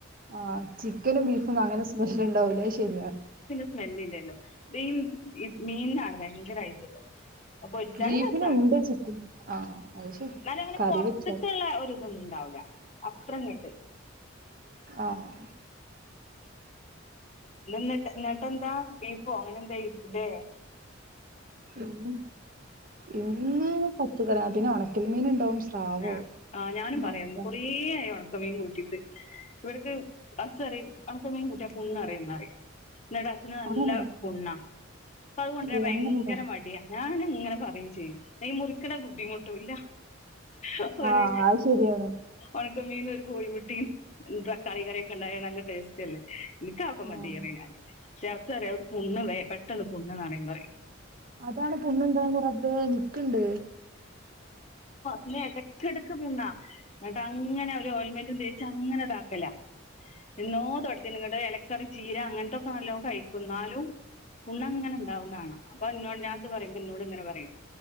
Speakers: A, on the right; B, on the left.
A: ആഹ ചിക്കനും ബീഫും അങ്ങനെ സ്മെല് ഉണ്ടാവൂല ശരിയ.
B: സ്മെല്ല ഇല്ലല്ലോ ഇത് മീനിനാണ് ഭയങ്കരയിട്ടുള്ളത്. പോരിച്ചല്
A: ബീഫിനുണ്ട്
B: രസണ്
A: ചിക്കൻ ആഹ് അത് ശരിയാ
B: എന്നാലും അങ്ങനെ
A: കറി
B: പുറത്ത്ക്കുള്ള
A: വെച്ചാൽ
B: ഒരു ഇതൊന്നുംല ണ്ടാവൂല അത്രങ്ങട്ട്.
A: ആഹ
B: പിന്നിട്ട് എന്നിട്ടെന്താ ബീഫോ അങ്ങനെ എന്തായികുലെ.
A: ഉ ഇന്ന് പച്ചക്കറി ഉണക്കൽ മീന ഉണ്ടാവും. സ്രാവോ
B: ആ ആ് ഞാനും
A: മാന്തള്
B: പറയാന്ന് കൊറേയാണ് ക്കമീൻ കൂട്ടിയിട്ട് ഇവർക്ക് ഹസ് പറയും ഒണക്കമീൻ കൂട്ടിയ പുണ്ണ് നെറയും ന്ന് പറയും എന്നട്ട് ഹസിന് നല്ല
A: അങ്ങനുണ്ടോ
B: പുണ്ണാ അപ്പൊ അതുകൊണ്ടരാൻ
A: ഏ
B: ഭയങ്കര
A: അങ്ങനുണ്ടോ
B: മടിയാ ഞാൻ ഇങ്ങനെ പറയുകയും ചെയ്യൂ ന മുറിക്കണെ ബുദ്ധിമുട്ടുംല്ല അ ഒരു
A: ആഹ് അത് ശരിയാണ്
B: ആ ക്ക മീനും ഒരു കോഴിമുട്ടിയും തക്കാളി കറിയൊക്കെ ഉണ്ടായ നല്ല ടേസ്റ്റ് അല്ലേ നിക്ക് ആക്കെ
A: ആഹ്
B: മതി പറയും ഞൻ പക്ഷെ ഹസ് പറയും അത് പുണ്േ പെട്ടെന്ന് പണ്ണന്ന്റിയ പറയും
A: അതാണ് പുണ്ണ് ഉണ്ടാവുന്നേ റബ്ബെ നിക്കുണ്ട്
B: ഇല്ല ഏതക്കിടക്ക് പിന്നാ എന്നിട്ട് അങ്ങനെ ഒരു ഓൽമെന്റും തേച്ച് അങ്ങനെ ഇതാക്കല എന്നോ തൊടുത്തി നിങ്ങട്ട് ഇലക്കറി ചീര അങ്ങനത്തെൊക്കെ നല്ലോണം കഴിക്കും ന്നാലും കൂണങ്ങനെ ഉണ്ടാവുന്നതാണ് <unintelligible> ഞാത് പറയുമ്പ എന്നോട് ഇങ്ങനെ പറയും.